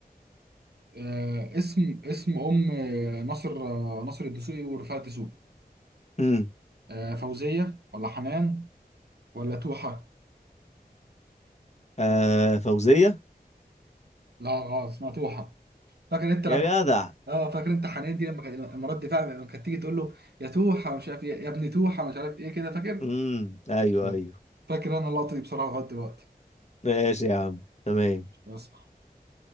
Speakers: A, on the right; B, on the left.
A: آه اسم اسم ام آه، ناصر آه، ناصر الدسوقي ورفاعة الدسوقي
B: امم
A: آه فوزيه ولا حنان ولا توحه
B: آه فوزية
A: لا غلط اسمها توحه فاكر انت لما
B: يا جدع
A: <laughs> اه فاكر انت حنان دي لما كانت مرات دفاع لما كانت تيجي تقول له يا توحه مش عارف ايه يا ابني توحه مش عارف ايه كده فاكر
B: امم ايوه
A: نعم.
B: ايوه
A: فاكر انا اللقطه دي بصراحه لغايه دلوقتي
B: ماشي يا عم تمام
A: بس